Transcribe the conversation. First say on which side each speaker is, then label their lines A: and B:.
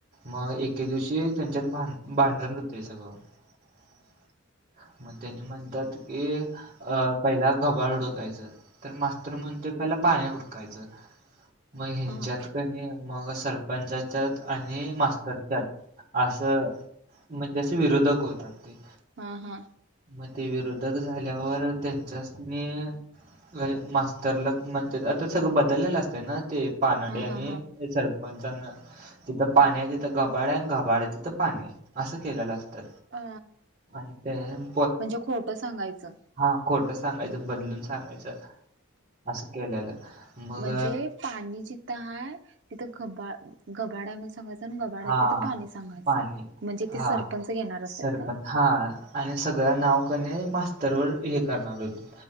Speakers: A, on the right; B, on the right.
A: मग एके दिवशी त्यांच्यात भान भांडण होतोय सगळं. <inaudible> मग त्यानी म्हणत्यात की अ पहिला घबाळ हुडकायचं तर मास्तर म्हणतोय पहिला पाणी उडकायचं म ह्यांच्यात
B: हा
A: क नी मग सरपंचाच्यात आणि मास्तरच्यात असं म्हणजे असे विरोधक होतात ते.
B: हा हा.
A: म ते विरोधक झाल्यावर त्यांच्याचस तिने अरे मास्तरला म्हणतेत आता सगळं बदललेलं असतं ना ते पानडी
B: हा हा
A: आणि
B: हा
A: हे सरपंचांना तिथं पाणी आहे तिथं घबाड आहे आणि घबाड आहे तिथं पाणी आहे असं केलेलं असतं.
B: अ
A: आणि तेयम
B: म्हणजे खोटं सांगायचं.
A: हा खोटं सांगायचं बदलून सांगायचं असं केलेलं मग
B: म्हणजे पाणी जिथं हाय तिथं खबाड घबाड आहं म्हणून सांगायचं. गबाड
A: हा
B: तिथ पाणी सांगायचं
A: पाणी
B: म्हणजे
A: हा
B: ते सरपंच घेणार असतात
A: सरपंच
B: का?
A: हा आणि सगळं नाव क नाही मास्तरवर हे करणार होती.